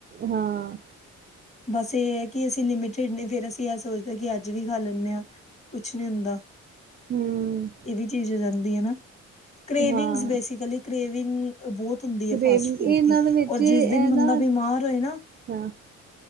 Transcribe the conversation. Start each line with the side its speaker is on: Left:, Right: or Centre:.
Right: ਹਾਂ
Left: ਬਾੱਸ ਏ ਐ ਕਿ ਅਸੀ ਲਿਮਿਟ ਤੇ ਫੇਰ ਅਸੀ‌ ਏਹ ਸੋਚਦੇ ਕਿ ਅੱਜ ਵੀ ਖਾ ਲੈਨੇ ਆ, ਕੁਛ ਨੀ ਹੁੰਦਾ।
Right: ਹਮ
Left: ਏਵੀ ਚੀਜ਼ ਆ ਜਾਂਦੀ ਐ ਨਾ। ਕਰੇਵਿੰਗ
Right: ਹਾਂ
Left: ਬੇਸਿਕਲੀ ਕਰੇਵਿੰਗ ਬੋਤ ਹੁੰਦੀ ਏ,
Right: ਗ੍ਰੇਵੀ
Left: ਫਾਸਟ ਫੂਡ
Right: ਇਹਨਾਂ
Left: ਦੀ।
Right: ਦੇ ਵਿੱਚ
Left: ਓਰ
Right: ਇਹ
Left: ਜਿਸ ਦਿਨ ਬੰਦਾ
Right: ਨਾ
Left: ਬਿਮਾਰ ਹੋਏ ਨਾ
Right: ਹਾਂ,